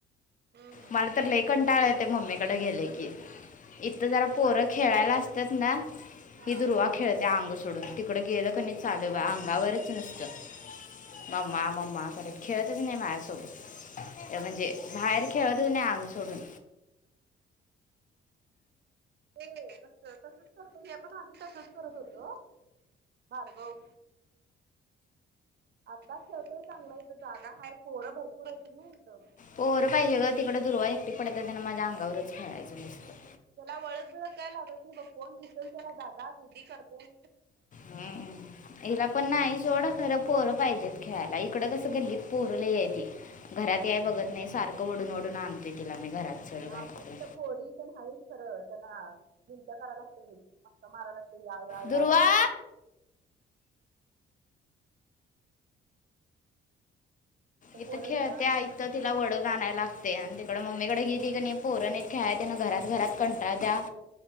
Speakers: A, on the right (about 55°); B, on the left (about 40°).
A: हम्म.
B: मला तर लईकंटाळ येतोय मम्मीकडे गेले की इथं जरा पोर खेळायला असतात ना
A: हा
B: ही दुर्वा खेळते अंगोष सोडून तिकड गेलं क चालूच बघ बाई अंगावरच नसत मम्मा मम्मा खर खेळतच नाही माझ्यासोबत म्हणजे बाहेर खेळत नाही अंग सोडून
A: ते कस तसच करतो हे आपण आधी तसच करत होतो भर खाऊ आता ठेवतोय चांगला इथ जागा हाय पोरं भरपूर हायत ना इथं
B: पोरं पाहिजे ग तिकडे दुर्वा एकटी पड ते त्यांना माझ्या अंगावरच खेळायचं मसत
A: त्याला वळदक बिळ क काय लागत नाही बघ कोण दिसेल त्याला दादा दिदी करतेय
B: हम्मम हिला पण नाही सोड खरं पोरं पाहिजेत खेळायला इकडं कसं गल्लीत पोर लय हायती घरात याय बघत नाही सारखं ओढून आणतो तिला मी घरात चल घरात
A: आमच्या
B: चल.
A: तिथं पोरी तेन हायत खरं त्यांना मिणत्या करायला लागत्यात मस्का मारायलागत याय या
B: दुर्वा
A: म तिथं
B: इथ
A: पोरं
B: खेळते
A: ढिगाण
B: ऐत
A: हाईत
B: तिला वडव आणायलागतेय आणि तिकडे मम्मीकडे गेली की नाही पोर तेन खेळा त्यां ना घरात घरात कंटाळ त्या